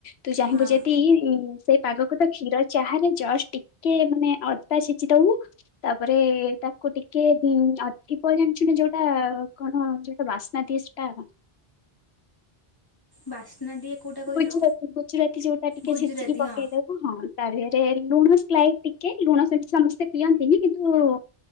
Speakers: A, on the left; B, on the left.
A: ତୁ ଚାହିଁବୁ
B: ହଁ
A: ଯଦି ଉ ସେଇ ପାଗକୁତ କ୍ଷୀର ଚାହାରେ ଜଷ୍ଟ ଟିକେ ମାନେ ଅଦା ଛେଚିଦବୁ ତାପରେ ତାକୁ ଟିକେ ଅ ଥିଦ ଜାଣିଚୁନା ଯୋଉଟା କଣ ଯ ବାସ୍ନା ଦିଏ ସେଟା
B: ବାସ୍ନା ଦିଏ କେଉଁଟା କହିଲୁ
A: ଗୁଜୁରାତି ଗୁଜୁରାତି ଯୋଉଟା ଟିକେ
B: ଗୁଜୁରାତି
A: ଛେଚିକି ପକେଇଦବୁ।
B: ହଁ
A: ହଁ ତା ଦିହରେ ଲୁଣ ସ୍ଲାଇଟ୍ ଟିକେ ଲୁଣ ସେମିତି ସମସ୍ତେ ପିଅନ୍ତିନି କିନ୍ତୁ